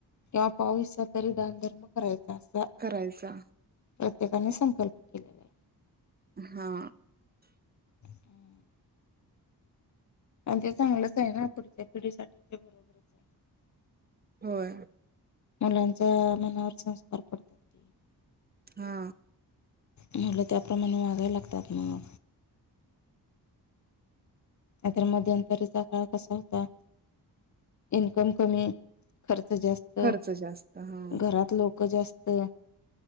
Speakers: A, on the left; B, on the right.
A: किंवा पाऊसचा तरी दानधर्म करायचा अस
B: करायचा.
A: प्रत्येकाने संकल्प केलेला.
B: हा,
A: हम्, आणि ते चांगलंच आहे ना,, पुढच्या पिढीसाठी ते, बरोबरच आहे.
B: होय,
A: मुलांचा, मनावर संस्कार. पडतात ते
B: हा,
A: मुलं त्याप्रमाणे वागाय लागतात मग. आ तर मध्यंतरीचा काळ कसा होता,, इन्कम कमी,, खर्च जास्त,,
B: खर्च जास्त हा
A: घरात लोक जास्त.